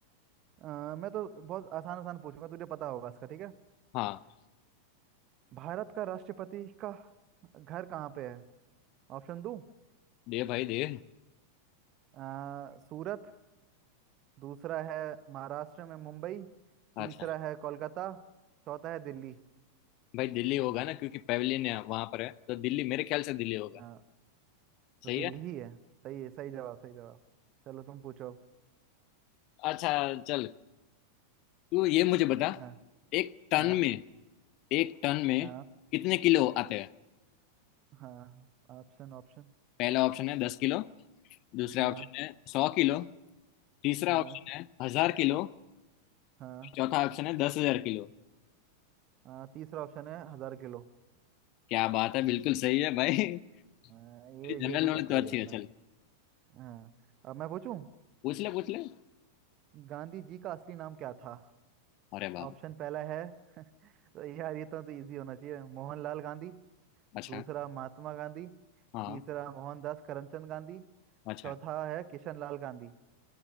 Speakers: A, on the right; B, on the left.
A: अ, मैं तो बहुत आसान आसान पूछूंगा तुझे पता होगा इसका ठीक है
B: हाँ
A: भारत का राष्ट्रपति का घर कहाँ पे है ऑप्शन दूं
B: दे भाई दे
A: अ, सूरत दूसरा है महाराष्ट्र में मुंबई
B: अच्छा
A: तीसरा है कोलकाता चौथा है दिल्ली
B: भाई दिल्ली होगा ना क्योंकि पवेलियन है वहां पर है तो दिल्ली मेरे ख्याल से दिल्ली होगा
A: हाँ तो
B: सही
A: दिल्ली
B: है
A: ही है सही है सही जवाब सही जवाब चलो तुम पूछो
B: अच्छा चल तू ये मुझे बता
A: हाँ
B: एक टन
A: हाँ
B: में एक टन में
A: हाँ
B: कितने किलो आते हैं
A: हाँ ऑप्शन ऑप्शन
B: पहला ऑप्शन है दस किलो दूसरा
A: हाँ
B: ऑप्शन है सौ किलो तीसरा
A: हाँ
B: ऑप्शन है हजार किलो
A: हाँ
B: चौथा ऑप्शन है दस हजार किलो
A: हाँ तीसरा ऑप्शन है हजार किलो
B: क्या बात है बिल्कुल सही है भाई
A: अ, ये
B: <laughs> जनरल
A: ये तो
B: नॉलेज
A: पता
B: तो
A: ही
B: अच्छी
A: है इतना
B: है चल
A: हाँ अब मैं पूछूं
B: पूछ ले पूछ ले
A: गांधी जी का असली नाम क्या था
B: अरे बाप
A: ऑप्शन पहला है <laughs> तो यार ये तो, तो इजी होना चाहिए मोहनलाल गांधी
B: अच्छा
A: दूसरा महात्मा गांधी
B: हाँ
A: तीसरा मोहनदास करमचंद गांधी
B: अच्छा
A: चौथा है किशन लाल गांधी